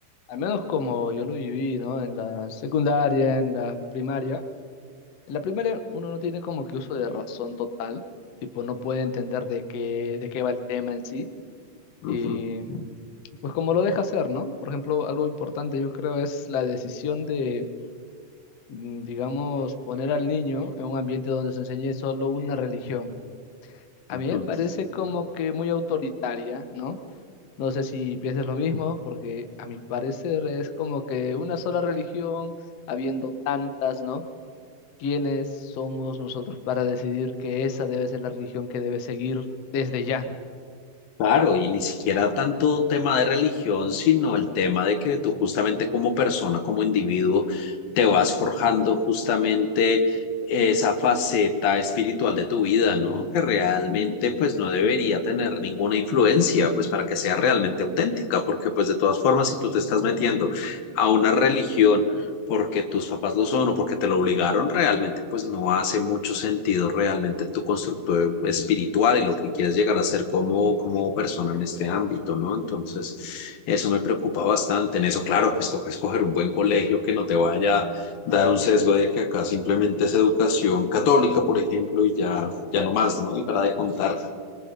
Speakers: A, on the left; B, on the left.
A: Al menos como yo lo viví, ¿no? En la secundaria, en la primaria. En la primaria uno no tiene como que uso de razón total, tipo no puede entender de qué, de qué va el tema en sí.
B: Ujú,
A: Y pues como lo deja hacer, ¿no? Por ejemplo, algo importante yo creo es la decisión de, mm, digamos, poner al niño en un ambiente donde se enseñe solo una religión. A mí me
B: ujú.
A: parece como que muy autoritaria, ¿no? No sé si piensas lo mismo, porque a mi parecer es como que una sola religión, habiendo tantas, ¿no? ¿Quiénes somos nosotros para decidir que esa debe ser la religión que debe seguir desde ya?
B: Claro, y ni siquiera tanto tema de religión, sino el tema de que tú justamente como persona, como individuo, te vas forjando justamente esa faceta espiritual de tu vida, ¿no? Que realmente pues no debería tener ninguna influencia, pues para que sea realmente auténtica, porque pues de todas formas, si tú te estás metiendo a una religión, porque tus papás lo son o porque te lo obligaron, realmente pues no hace mucho sentido realmente tu constructo espiritual y lo que quieres llegar a ser como, como persona en este ámbito, ¿no? Entonces, eso me preocupa bastante. En eso, claro, pues toca escoger un buen colegio que no te vaya a dar un sesgo de que acá simplemente es educación católica, por ejemplo, y ya, ya no más, ¿no? Y para de contar.